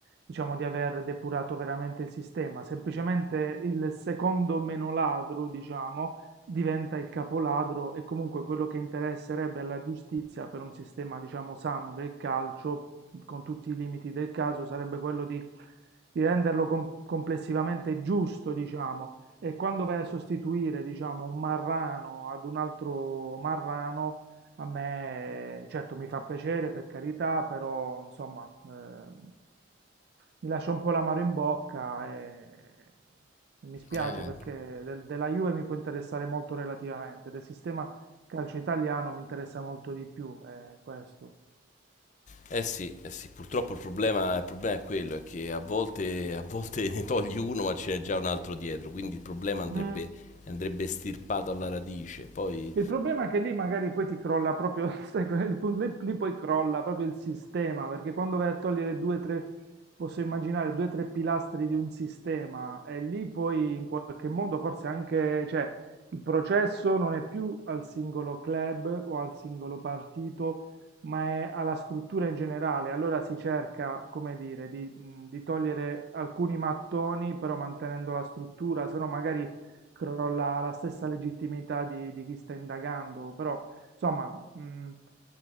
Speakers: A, on the right; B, on the left.
A: diciamo, di aver depurato veramente il sistema, semplicemente il secondo meno ladro, diciamo, diventa il capoladro e comunque quello che interesserebbe alla giustizia per un sistema, diciamo, sano del calcio, con tutti i limiti del caso, sarebbe quello di, di renderlo com- complessivamente giusto, diciamo. E quando vai a sostituire, diciamo, un marrano ad un altro marrano, a me, certo, mi fa piacere per carità, però insomma, eh, mi lascia un po' l'amaro in bocca e, e mi spiace
B: Eh,
A: perché del- della Juve mi può interessare molto relativamente, del sistema calcio italiano mi interessa molto di più, eh, questo.
B: eh sì, eh sì, purtroppo il problema, il problema è quello, è che a volte, a volte <laughs> ne togli uno ma ce n'è già un altro dietro, quindi il problema andrebbe,
A: Mm.
B: andrebbe estirpato alla radice. Poi
A: Il problema è che lì magari poi ti crolla proprio, <laughs> sai, il pu- lì, lì poi crolla proprio il sistema, perché quando vai a togliere due, tre, posso immaginare due, tre pilastri di un sistema, e lì poi in qualche modo forse anche, cioè, il processo non è più al singolo club o al singolo partito, ma è alla struttura in generale. Allora si cerca, come dire, di, mh, di togliere alcuni mattoni, però mantenendo la struttura, se no magari crolla la stessa legittimità di, di chi sta indagando, però insomma mh,